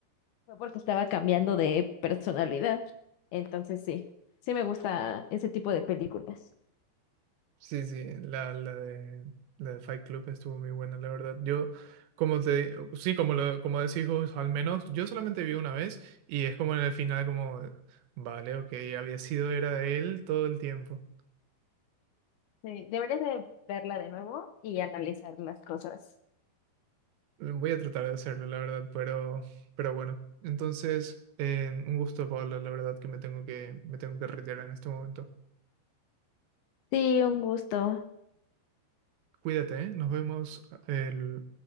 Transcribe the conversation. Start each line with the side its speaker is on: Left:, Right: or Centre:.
Left: fue porque estaba cambiando de personalidad. Entonces sí, sí me gusta ese tipo de películas.
Right: Sí, sí, la, la de, la de Fight Club estuvo muy buena, la verdad. Yo, como te, sí, como, lo, como decís vos, al menos yo solamente vi una vez y es como en el final, como, vale, ok, había sido era de él todo el tiempo.
Left: Sí, deberías de verla de nuevo y analizar las cosas.
Right: Voy a tratar de hacerlo, la verdad, pero, pero bueno. Entonces, eh, un gusto, Pablo, la verdad que me tengo que, me tengo que retirar en este momento.
Left: Sí, un gusto.
Right: Cuídate, ¿eh? Nos vemos eh, el-